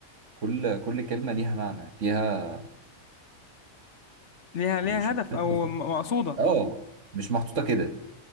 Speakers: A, on the right; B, on the left.
A: كل كل كلمه ليها معنى ليها
B: ليها ليها
A: مش
B: هدف
A: مش عارف
B: أو
A: أوصف.
B: م- مقصودة
A: اه مش محطوطه كده